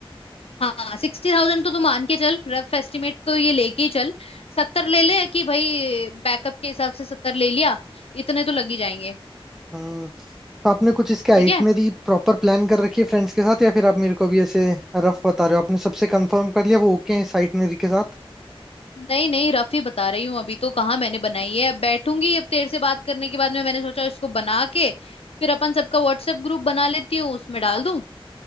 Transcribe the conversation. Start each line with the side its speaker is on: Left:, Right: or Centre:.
Left: हाँ सिक्सटी थाउजेंड तो तू मान के चल रफ एस्टिमेट तो ये लेके ही चल सत्तर ले ले कि भाई बैकअप के हिसाब से सत्तर ले लिया इतने तो लग ही जाएंगे
Centre: हम्म। तो आपने कुछ इसके आइटनरी
Left: ठीक है
Centre: प्रॉपर प्लान कर रखी है फ्रेंड्स के साथ या फिर आप मेरे को भी ऐसे रफ बता रहे हो आपने सबसे कंफर्म कर लिया वो ओके है इस आइटनरी के साथ
Left: नहीं नहीं रफ ही बता रही हूँ अभी तो कहाँ मैंने बनाई है अब बैठूंगी अब तेरे से बात करने के बाद में मैंने सोचा इसको बना के फिर अपन सबका व्हाट्सएप ग्रुप बना लेती हूँ उसमें डाल दूँ